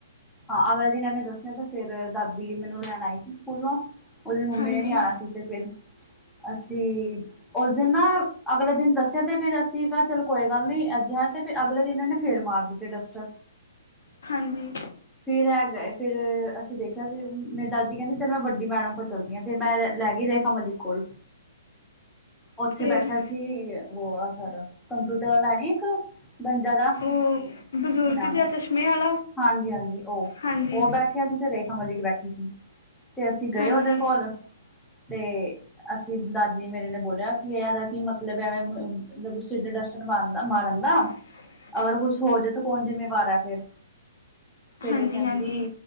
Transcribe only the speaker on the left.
ਹਾਂਜੀ
ਹਾਂਜੀ।
ਫਿਰ
ਉਹ ਬਜ਼ੁਰਗ
ਜਿਹਾ
ਚਸ਼ਮੇ ਵਾਲਾ
ਹਾਂਜੀ
ਹਾਂਜੀ
<unintelligible>
ਹਾਂਜੀ
ਹਾਂਜੀ